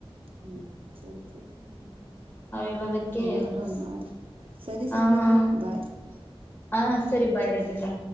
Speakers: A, on the right (about 65°); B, on the left (about 20°).
A: ಹ್ಮ್
B: <inaudible>
A: ಸರಿ ಸರಿ
B: ಅವ್ರ ಇರೋದಕ್ಕೆ
A: ಹೆಂಗಾದ್ರೂ
B: ಹ್....
A: ಒಂದ್ ಮಾಡಿ
B: !
A: ಸರಿ ಸಲ್ವಿ
B: ಹ್ಹಾ!
A: ಅವ್ರೆ ಬಾಯ್
B: ಸರಿ ಬೈ ರಾಧಿಕಾ.